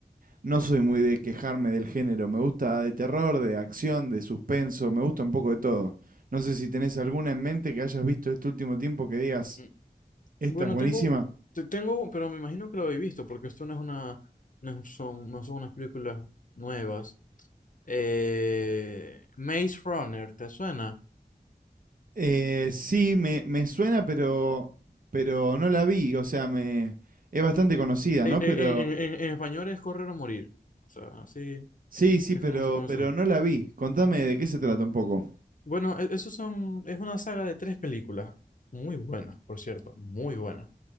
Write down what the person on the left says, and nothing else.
Mm,
Bueno,
tengo, te tengo, pero me imagino que lo habéis visto, porque esto no es una, no son, no son unas películas nuevas. Eh, Maze Runner, ¿te suena?
Eh,
eh,
en, en en- en español es correr o morir. O sea, así
es
como se conoce.
Bueno, e- esos son, es una saga de tres películas, muy buenas, por cierto, muy buenas.